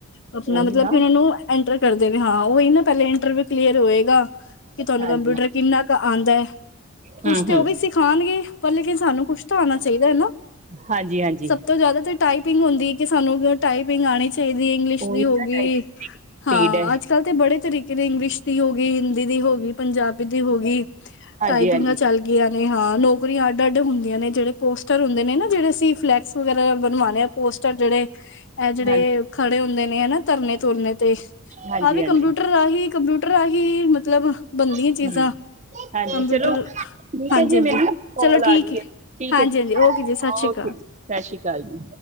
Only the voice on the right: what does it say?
ਉਹੀ
ਨਾ
ਹਾਂਜੀ
ਹੂੰ ਹੂੰ
ਹਾਂਜੀ ਹਾਂਜੀ
ਉਹੀ
ਨਾ
ਟਾਈਪਿੰਗ ਸਪੀਡ
ਹੈ
ਹਾਂਜੀ
ਹਾਂਜੀ
ਹਾਂਜੀ
ਹਾਂਜੀ
ਹਾਂਜੀ
ਹੂੰ
ਹਾਂਜੀ
ਚਲੋ ਠੀਕ
ਹੈ ਜੀ
ਮੈਨੂੰ ਨਾ ਕਾਲ
ਆ ਗਈ
ਠੀਕ
ਹੈ ਜੀ
ਓਕੇ
ਸਤਿ ਸ੍ਰੀ ਅਕਾਲ ਜੀ।